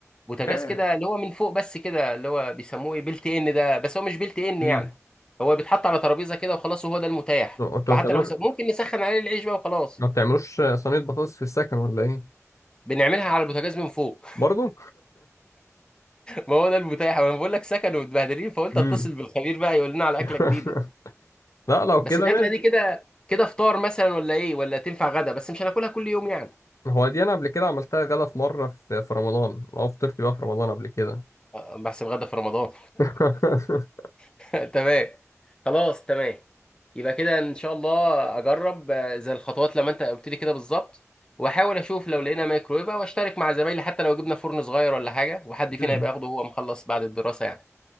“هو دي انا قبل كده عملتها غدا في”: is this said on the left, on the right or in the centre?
Left